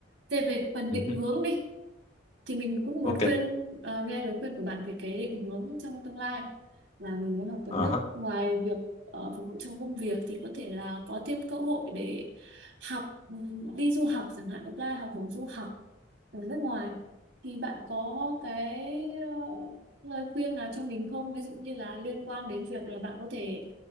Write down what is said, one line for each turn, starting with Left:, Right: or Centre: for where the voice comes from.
Right: Thế về phần định
Left: ừ,
Right: hướng đi thì mình cũng muốn
Left: Ok
Right: khuyên ờ, nghe lời khuyên của bạn về cái định hướng trong tương lai là mình muốn học tiếng
Left: Ờ,
Right: Đức ngoài việc ờ, phục vụ trong công việc thì có thể là có thêm cơ hội để học ừm, đi du học chẳng hạn apply học bổng du học ở nước ngoài thì bạn có cái ờ, lời khuyên nào cho mình không ví dụ như là liên quan đến việc là bạn có thể